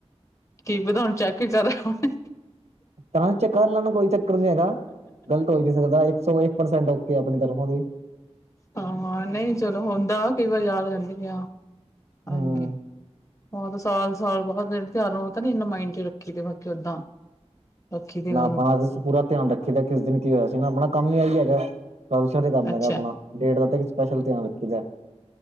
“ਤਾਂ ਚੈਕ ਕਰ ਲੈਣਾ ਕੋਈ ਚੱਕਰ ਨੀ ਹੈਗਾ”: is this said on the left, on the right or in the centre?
Right